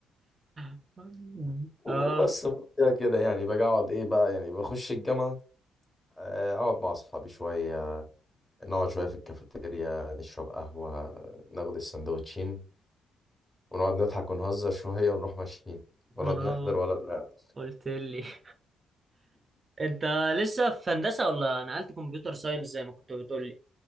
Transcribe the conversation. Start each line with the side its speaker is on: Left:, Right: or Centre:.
Right: <laughs>
Left: وبس
Right: اه
Left: كده كده يعني باجي اقعد ايه بقى يعني بخش الجامعه آه، اقعد مع اصحابي شويه نقعد شوية في الكافيتيريا نشرب قهوة ناخد السندوتشين ونقعد نضحك ونهزر شوية ونروح ماشيين ولا
Right: اه
Left: بنحضر ولا بنعمل
Right: قلت لي <laughs> انت لسه في هندسة ولا نقلت كمبيوتر ساينس زي ما كنت بتقول لي